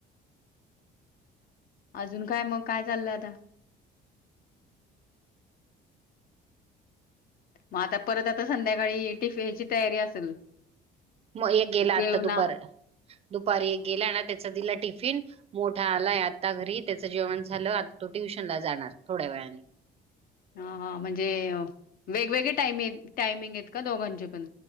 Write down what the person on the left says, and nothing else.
अजून काय मग काय चाललंय आता? मग आता परत आता संध्याकाळी टिफिनची तयारी असेल.
जेवणा
हा, हा म्हणजे वेगवेगळे टाइम टायमिंग आहेत का दोघांचे पण.